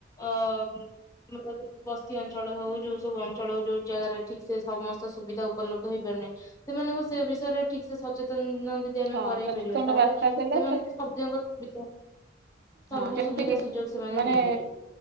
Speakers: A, on the left; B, on the right.
A: ଅ ବସି ଅ। ଅଞ୍ଚଳ ହଉ ଯୋଉ ସବୁ ଅଞ୍ଚଳ ହଉ ଯୋଉ ଜାଗାରେ ଠିକ ସେ ସମସ୍ତ ସୁବିଧା ଉପଲବ୍ଧ ହେଇପାରୁ ନାହିଁ। ସେମାନଙ୍କୁ ସେ ବିଷୟରେ ଠିକ ସେ ସଚେତନ ଯଦି ଆମେ
B: ହଁ
A: କରଇ
B: ସଚେତନ
A: ପାରିବା ତାହେଲେ
B: ବାର୍ତ୍ତା ଦେଲେ
A: ସେମାନେ ସବୁଯାକ ସୁବିଧା। ସବୁ
B: ହଁ ଯେମିତି
A: ସୁବିଧା
B: କି
A: ସୁଯୋଗ ସେମାନେ
B: ମାନେ
A: ନେଇପାରିବେ।